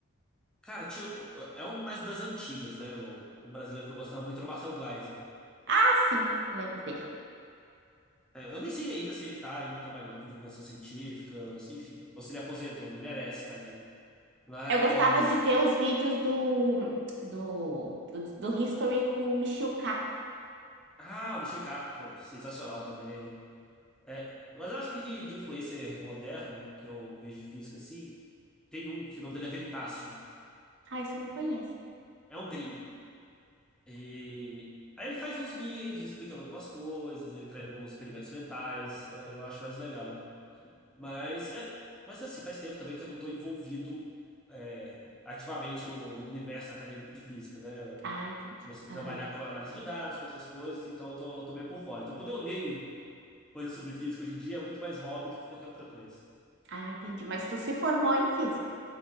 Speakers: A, in the centre; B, on the right.
A: Cara, tinha, é um mais das antigas, né? O, o brasileiro que eu gostava muito era o Marcelo Gleiser.
B: Ah, sim, eu lembro dele.
A: É, Eu nem sei ainda se ele tá ainda trabalhando com divulgação científica, ou se- enfim. Ou se ele aposentou, ele merece, tadinho. Mas.
B: Eu gostava de ver os vídeos do, do, do, do History com o Michio Kaku.
A: Ah, o Michio Kaku, pô, sensacional também. É, mas eu acho que de, de influencer moderno, que eu vejo de física assim, tem um que o nome dele é Veritácio.
B: Ah, isso eu não conheço.
A: É um gringo. E aí ele faz uns vídeos explicando algumas coisas, ele traz alguns experimentos mentais. Eu, eu acho mais legal. Mas, é, mas assim, faz tempo também que eu não estou envolvido é, ativamente no, no universo acadêmico de física, né? Eu
B: Ah, entendi.
A: comecei a
B: Aham.
A: trabalhar com análise de dados, com outras coisas, então eu tô, tô meio por fora. Então, quando eu leio coisas sobre física hoje em dia, é muito mais hobby do que qualquer outra coisa.
B: Ah, entendi. Mas tu se formou em física.